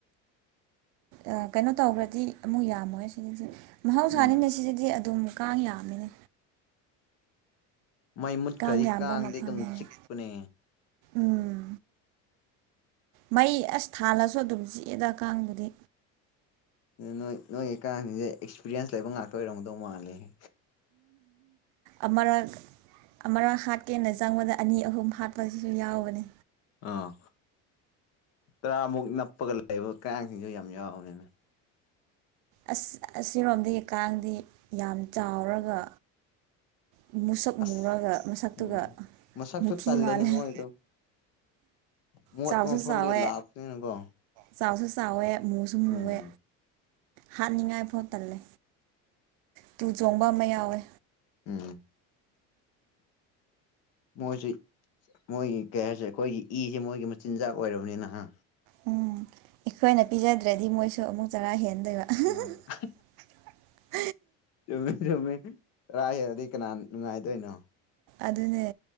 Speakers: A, on the right (about 65°); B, on the left (about 50°).
A: ꯑꯥ ꯀꯩꯅꯣ ꯇꯧꯈ꯭ꯔꯗꯤ ꯑꯃꯨꯛ ꯌꯥꯝꯃꯣꯏ ꯁꯤꯗꯥꯖꯨ ꯃꯍꯧꯁꯥꯅꯤꯅꯦ
B: ꯎꯝ
A: ꯁꯤꯗꯗꯤ ꯑꯗꯨꯝ ꯀꯥꯡ ꯌꯥꯝꯃꯤꯅꯦ
B: ꯃꯩ ꯃꯨꯠꯈ꯭ꯔꯗꯤ
A: ꯀꯥꯡ ꯌꯥꯝꯕ
B: ꯀꯥꯡꯗꯤ
A: ꯃꯐꯝꯅꯤꯅꯦ
B: ꯑꯗꯨꯝ ꯆꯤꯛꯄꯅꯦ
A: ꯎꯝ ꯃꯩ ꯑꯁ ꯊꯥꯜꯂꯥꯁꯨ ꯑꯗꯨꯝ ꯆꯤꯛꯑꯦꯗꯥ ꯀꯥꯡꯕꯨꯗꯤ
B: ꯅꯣꯏ ꯅꯣꯏꯒꯤ ꯀꯥꯡꯁꯤꯡꯁꯦ ꯑꯦꯛꯁꯄꯤꯔꯤꯌꯦꯟꯁ ꯂꯩꯕ ꯉꯥꯛꯇꯥ ꯑꯣꯏꯔꯝꯒꯗꯧ ꯃꯥꯜꯂꯦꯍꯦ
A: ꯑꯃꯔꯛ ꯑꯃꯔꯛ ꯍꯥꯠꯀꯦꯅ ꯆꯪꯕꯗ ꯑꯅꯤ ꯑꯍꯨꯝ ꯍꯥꯠꯄꯁꯤꯁꯨ ꯌꯥꯎꯕꯅꯦ
B: ꯑꯥ ꯇꯔꯥꯃꯨꯛ ꯅꯞꯄꯒ ꯂꯩꯕ ꯀꯥꯡꯁꯤꯡꯁꯨ ꯌꯥꯝ ꯌꯥꯎꯕꯅꯤꯅꯦ
A: ꯑꯁ ꯑꯁꯤꯔꯣꯝꯗꯒꯤ ꯀꯥꯡꯗꯤ ꯌꯥꯝ ꯆꯥꯎꯔꯒ ꯃꯨꯁꯛ ꯃꯨꯔꯒ
B: ꯑꯁ
A: ꯃꯁꯛꯇꯨꯒ
B: ꯎꯝ ꯃꯁꯛꯁꯨ
A: ꯃꯨꯊꯤ
B: ꯇꯜꯂꯦꯅꯦ
A: ꯃꯥꯜꯂꯦ
B: ꯃꯣꯏꯗꯣ ꯃꯣꯠꯞ
A: ꯆꯥꯎꯁꯨ
B: ꯃꯐꯝꯗꯒꯤ
A: ꯆꯥꯎꯋꯦ
B: ꯂꯥꯛꯄꯅꯤꯅꯀꯣ
A: ꯆꯥꯎꯁꯨ ꯆꯥꯎꯋꯦ ꯃꯨꯁꯨ ꯃꯨꯋꯦ
B: ꯎꯝ
A: ꯍꯥꯠꯅꯤꯡꯉꯥꯏꯐꯣ ꯇꯜꯂꯦ ꯇꯨ ꯆꯣꯡꯕ ꯑꯃ ꯌꯥꯎꯋꯦ
B: ꯎꯝ ꯃꯣꯏꯁꯤ ꯃꯣꯏꯒꯤ ꯀꯩ ꯍꯥꯏꯁꯦ ꯑꯩꯈꯣꯏꯒꯤ ꯏꯁꯦ ꯃꯣꯏꯒꯤ ꯃꯆꯤꯟꯖꯥꯛ ꯑꯣꯏꯔꯕꯅꯤꯅ ꯍꯥ
A: ꯎꯝ ꯑꯩꯈꯣꯏꯅ ꯄꯤꯖꯗ꯭ꯔꯗꯤ ꯃꯣꯏꯁꯨ ꯑꯃꯨꯛ ꯆꯔꯥ ꯍꯦꯟ
B: <unintelligible>
A: <inaudible>
B: ꯆꯨꯝꯃꯦ ꯆꯨꯝꯃꯦ ꯆꯔꯥ ꯍꯦꯜꯂꯗꯤ ꯀꯅꯥꯅ ꯅꯨꯡꯉꯥꯏꯗꯣꯏꯅꯣ
A: ꯑꯗꯨꯅꯦ